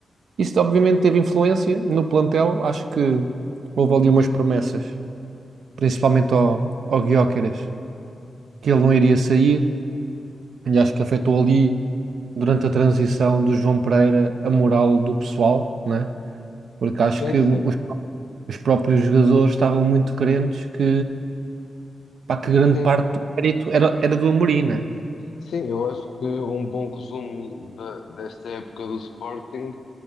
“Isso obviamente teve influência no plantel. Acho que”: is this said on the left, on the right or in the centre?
Right